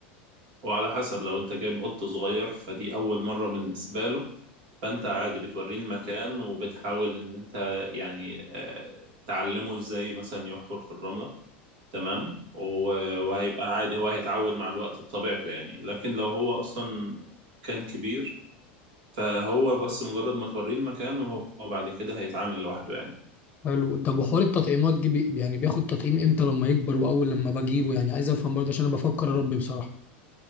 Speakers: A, on the right; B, on the left.
A: وعلى حسب لو انت جايب قط صغير فدي اول مرة بالنسبة له فانت عادي بتوريه المكان وبتحاول ان انت يعني آه، تعلمه ازاي مثلا يحفر في الرملة تمام و- وهيبقى عادي هو هيتعود مع الوقت بطبيعته يعني لكن لو هو اصلا كان كبير فهو بس مجرد ما توريه المكان وهو بعد كده هيتعامل لوحده يعني
B: حلو طب وحوار التطعيمات دي بي يعني بياخد تطعيم امتى لما يكبر واول لما بجيبه يعني عايز افهم برضه عشان انا بفكر اربي بصراحه